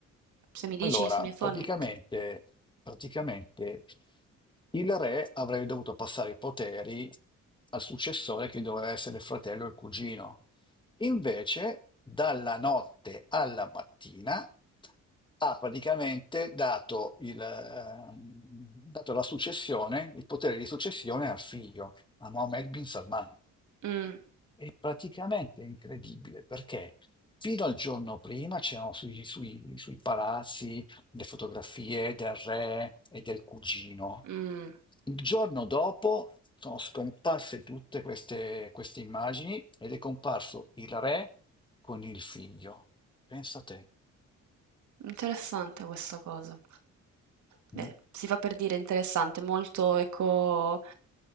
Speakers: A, on the right; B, on the left.
A: Se mi dici,
B: Allora,
A: se mi informi.
B: praticamente, praticamente il re avrebbe dovuto passare i poteri al successore che doveva essere il fratello o il cugino. Invece, dalla notte alla mattina ha praticamente dato, il, ehm, dato la successione, il potere di successione al figlio, a Mohammed bin Salman.
A: Mh,
B: Praticamente è incredibile perché fino al giorno prima c'erano sui, sui- sui palazzi le fotografie del re e del cugino.
A: mh,
B: Il giorno dopo sono scomparse tutte queste, queste immagini ed è comparso il re con il figlio. Pensa a te.
A: interessante questa cosa. Beh,
B: Mm.
A: si fa per dire interessante, molto ecco,